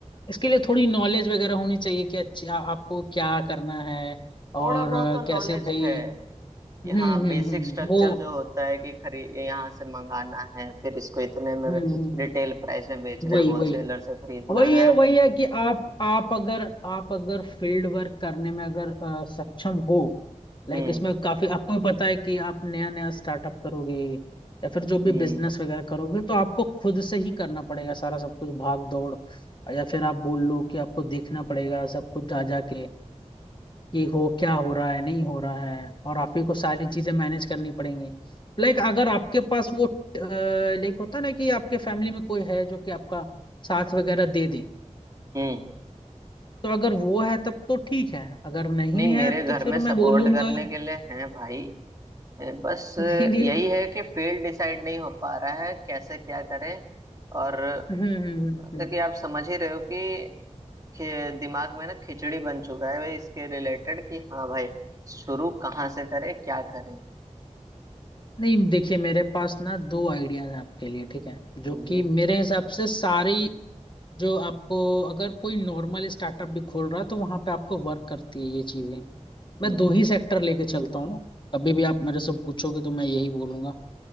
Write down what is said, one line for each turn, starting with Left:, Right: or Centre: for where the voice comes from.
Left: इसके लिए थोड़ी नॉलेज वगैरह होनी चाहिए कि अच्छा आपको क्या करना है
Right: थोड़ा
Left: और
Right: बहुत
Left: अ,
Right: तो नॉलेज
Left: कैसे भाई
Right: है कि
Left: हम्म
Right: हाँ
Left: हम्म
Right: बेसिक
Left: हम्म
Right: स्ट्रक्चर
Left: वो
Right: जो होता है कि खरी यहाँ से मंगाना है फिर इसको इतने में
Left: हम्म हम्म,
Right: रिटेल प्राइस में बेचना
Left: वही
Right: है होलसेलर
Left: वही
Right: से खरीदना
Left: वही
Right: है
Left: है वही है कि आप आप अगर आप अगर फील्ड वर्क करने में अगर अ, सक्षम हो लाइक
Right: हम्म
Left: इसमें काफी आपको भी पता है कि आप नया नया स्टार्टअप करोगे या फिर जो भी
Right: हम्म
Left: बिजनेस वगैरह करोगे तो आपको खुद से ही करना पड़ेगा सारा सब कुछ भाग दौड़ या फिर आप बोल लो कि आपको देखना पड़ेगा सब कुछ जा जा के कि हो क्या हो रहा है नहीं हो रहा है और आप ही को सारी चीजें मैनेज करनी पड़ेंगी लाइक अगर आपके पास वो लाइक होता है ना कि आपके फैमिली में कोई है जो कि आपका साथ वगैरह दे दे
Right: हम्म
Left: तो अगर वो है तब तो ठीक है अगर नहीं
Right: नहीं
Left: है
Right: मेरे
Left: तो
Right: घर
Left: फिर
Right: में सपोर्ट
Left: मैं बोलूंगा
Right: करने
Left: <laughs>
Right: के लिए हैं भाई ए, बस ए,
Left: नहीं नहीं
Right: यही
Left: हम्म
Right: है कि फील्ड डिसाइड नहीं हो पा रहा है कैसे क्या करें और
Left: हम्म, हम्म,
Right: मतलब
Left: हम्म।
Right: कि आप समझ ही रहे हो कि खे- दिमाग में ना खिचड़ी बन चुका है भाई इसके रिलेटेड कि हाँ भाई शुरू कहाँ से करें क्या करें
Left: नहीं देखिए मेरे पास ना दो आइडियाज हैं आपके लिए ठीक है जो
Right: जी
Left: कि मेरे हिसाब से सारी जो आपको अगर कोई नॉर्मल स्टार्टअप भी खोल रहा है तो वहां पे आपको वर्क करती है ये चीजें
Right: हम्म
Left: मैं दो ही सेक्टर लेके चलता हूँ कभी भी आप मेरे से पूछोगे तो मैं यही बोलूंगा